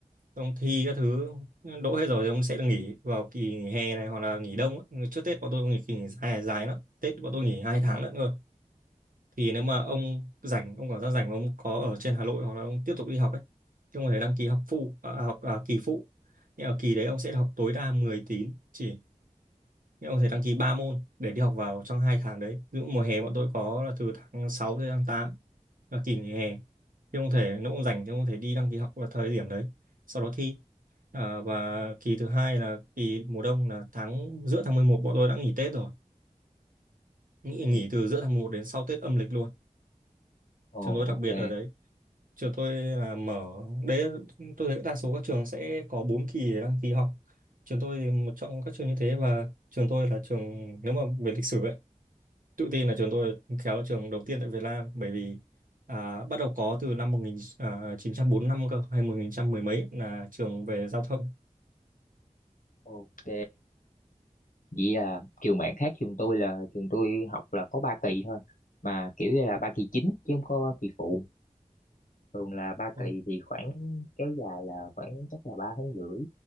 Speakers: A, on the right; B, on the left.
A: ông thi các thứ đỗ hết rồi thì ông sẽ được nghỉ vào kỳ nghỉ hè này hoặc là nghỉ đông ấy. trước Tết bọn tôi nghỉ kỳ nghỉ dài dài lắm Tết bọn tôi nghỉ hai tháng nữa cơ thì nếu mà ông rảnh ông cảm giác rảnh mà ông có ở trên Hà Nội hoặc là ông tiếp tục đi học ấy thì ông có thể đăng ký học phụ à, học à, kỳ phụ nhưng ở kỳ đấy ông sẽ học tối đa 10 tín chỉ nhưng ông có thể đăng ký 3 môn để đi học vào trong hai tháng đấy ví dụ mùa hè bọn tôi có là từ tháng 6 tới tháng 8 là kỳ nghỉ hè thì không thể nó cũng dành chứ không thể đi đăng ký học vào thời điểm đấy sau đó thi à, và kỳ thứ hai là kỳ mùa đông là tháng giữa tháng 11 bọn tôi đã nghỉ Tết rồi nghỉ,
B: ừ.
A: nghỉ từ giữa tháng 11 đến sau Tết âm lịch luôn trường
B: ồ
A: tôi đặc
B: ok
A: biệt ở đấy trường tôi là mở đấy tôi thấy đa số các trường sẽ có 4 kỳ để đăng ký học trường tôi thì một trong các trường như thế và trường tôi là trường nếu mà về lịch sử ấy tự tin là trường tôi khéo là trường đầu tiên tại Việt Nam bởi vì à, bắt đầu có từ năm 1945 cơ hay 1900 mười mấy là trường về giao thông
B: ok vậy là trường bạn khác trường tôi là trường tôi học là có ba kỳ thôi mà kiểu như là ba kỳ chính chứ không có kỳ phụ thường là ba
A: Ờ,
B: kỳ thì khoảng kéo dài là khoảng chắc là ba tháng rưỡi